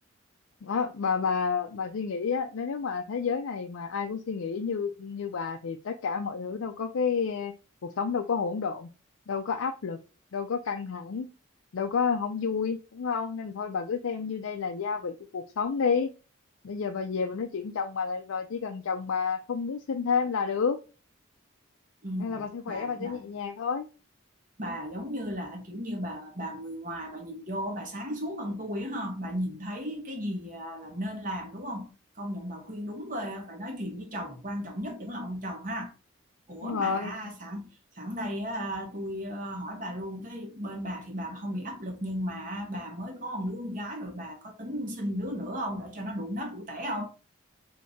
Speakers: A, on the left; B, on the right.
A: đó bà bà bà suy nghĩ á nếu nếu mà thế giới này mà ai cũng suy nghĩ như như bà thì tất cả mọi thứ đâu có cái eh, cuộc sống đâu có hỗn độn đâu có áp lực đâu có căng thẳng đâu có không vui đúng không nên thôi bà cứ xem như đây là gia vị của cuộc sống đi bây giờ bà về bà nói chuyện chồng bà là được rồi chỉ cần chồng bà không muốn sinh thêm là được
B: Ừ,
A: nên là bà sẽ khỏe
B: bà
A: bà sẽ
B: bà
A: nhẹ nhàng thôi
B: bà giống như là kiểu như bà bà người ngoài bà nhìn vô bà sáng suốt hơn tôi á ha bà nhìn thấy cái gì à, là nên làm đúng không công nhận bà khuyên đúng ghê á, phải nói chuyện với chồng quan trọng nhất vẫn là ông chồng ha ủa
A: đúng rồi
B: mà sẵn sẵn đây á, à, tôi ờ, hỏi bà luôn cái bên bà thì bà không bị áp lực nhưng mà bà mới có một đứa con gái rồi bà có tính sinh đứa nữa không để cho nó đủ nếp đủ tẻ không